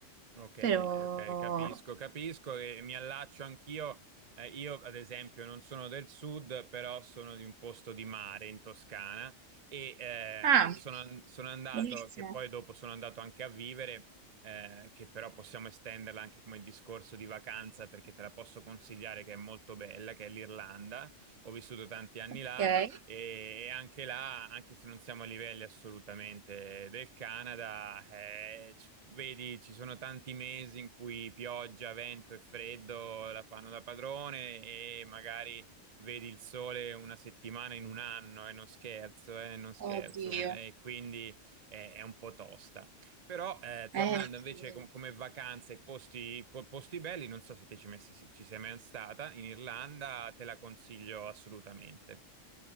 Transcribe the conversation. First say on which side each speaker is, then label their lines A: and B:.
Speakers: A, on the right (about 35°); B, on the right (about 80°).
A: Ok,
B: Però...
A: ok, capisco, capisco e mi allaccio anch'io. Eh, io, ad esempio, non sono del sud, però sono di un posto di mare in Toscana e eh,
B: Ah,
A: sono, an- sono andato,
B: bellissimo.
A: che poi dopo sono andato anche a vivere, eh, che però possiamo estenderla anche come discorso di vacanza perché te la posso consigliare che è molto bella, che è l'Irlanda. Ho vissuto tanti anni
B: Ok.
A: là e anche là, anche se non siamo a livelli assolutamente del Canada, eh, ci- vedi, ci sono tanti mesi in cui pioggia, vento e freddo la fanno da padrone e magari vedi il sole una settimana in un anno, e non scherzo, eh, non scherzo,
B: Oddio.
A: eh, e quindi eh, è un po' tosta. Però eh,
B: Eh.
A: tornando
B: sì.
A: invece com- come vacanze e posti, co- posti belli, non so se te ci, messe- ci sei mai stata in Irlanda, te la consiglio assolutamente.